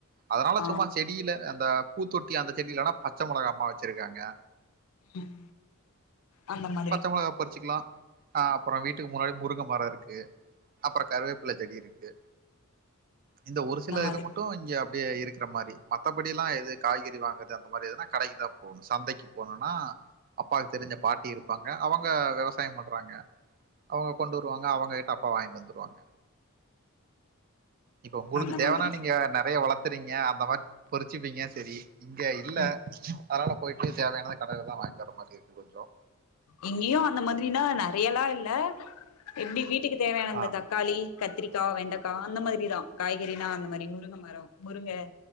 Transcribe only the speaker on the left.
ஆ
ம் அந்த மாதிரி
அந்த மாதிரி
அந்த
மாதிரி
ம்
இங்கயும் அந்த மாதிரினா நெறையா எல்லா இல்ல எப்டி வீட்டுக்கு தேவையான இந்த
த க்காளி, கத்திரிக்கா, வெண்டக்கா அந்த மாரிதா காய்கறினா அந்த மாரி முருங்க மரோ முருங்க